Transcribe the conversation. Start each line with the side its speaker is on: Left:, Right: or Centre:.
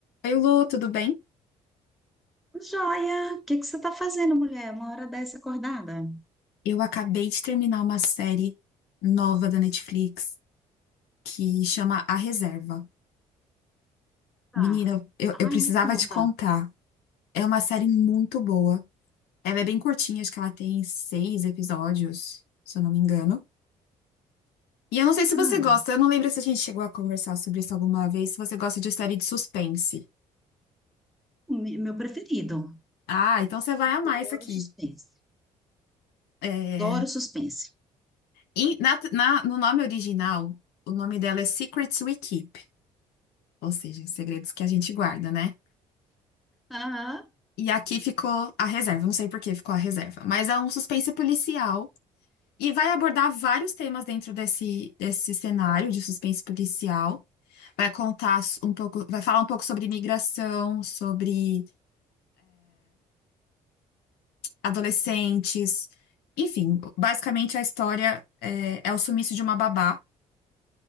Left: Oi, Lu, tudo bem?
Centre: Joia, o que que você está fazendo, mulher? Uma hora dessa acordada?
Left: Eu acabei de terminar uma série nova da Netflix que chama A Reserva.
Centre: Tá.
Left: Menina, eu,
Centre: Ai,
Left: eu precisava
Centre: me conta.
Left: te contar. É uma série muito boa. Ela é bem curtinha, acho que ela tem seis episódios, se eu não me engano. E eu não sei se
Centre: Hum,
Left: você gosta, eu não lembro se a gente chegou a conversar sobre isso alguma vez, se você gosta de série de suspense.
Centre: me- meu preferido.
Left: Ah, então você vai amar
Centre: Adoro
Left: isso aqui.
Centre: suspense.
Left: É,
Centre: Adoro suspense.
Left: e na- na- no nome original, o nome dela é Secrets We Keep, ou seja, segredos que a gente guarda, né?
Centre: Aham.
Left: E aqui ficou a reserva, eu não sei por que ficou a reserva, mas é um suspense policial e vai abordar vários temas dentro desse, desse cenário de suspense policial. Vai contar um pouco, vai falar um pouco sobre imigração, sobre adolescentes, enfim, basicamente a história é, é o sumiço de uma babá,